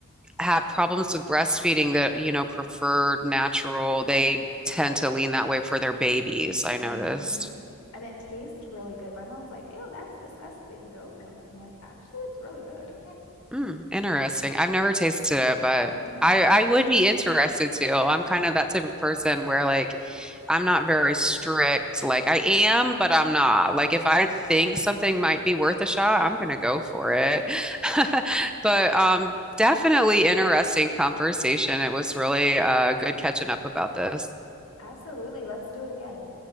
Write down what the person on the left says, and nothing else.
hmm And it tastes really good. My mom's like, ew, that's disgusting, goat milk. And I'm like, actually, it's really good.
<laughs> hmm
Absolutely. Let's do it again.